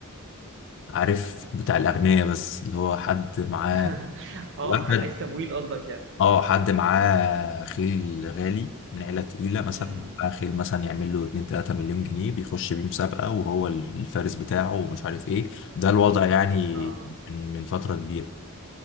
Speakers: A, on the left; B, on the right.
A: عارف بتاع الاغنياء بس اللي هو حد معاه
B: <laughs> اه
A: وركد
B: عايز تمويل قصدك يعني
A: اه حد معاه خيل غالي من عيلة تقيلة مثلا
B: امم
A: معاه خيل مثلا يعمل له 2 3 مليون جنيه بيخش بيه مسابقة وهو الفارس بتاعه ومش عارف ايه ده الوضع يعني
B: اه
A: من من فترة كبيرة